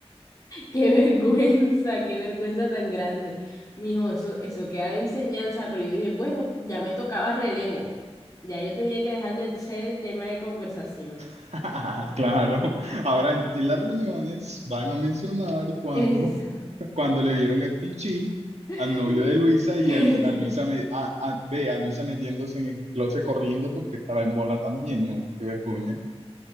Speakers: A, on the left (about 35°); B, on the right (about 85°).
A: Qué vergüenza, qué vergüenza tan grande. Mijo, eso, eso queda de enseñanza, pero yo dije, bueno, ya me tocaba relevo. Ya yo tenía que dejar de ser el tema de conversación.
B: <laughs> Claro, ahora en, en las reuniones van a mencionar cuando,
A: Eso.
B: cuando le dieron el pichín
A: <laughs>
B: al novio de Luisa y a, Li- a Luisa, me, a, a- ve a Luisa metiéndose en el closet corriendo porque estaba en bola también, no, qué vergüenza.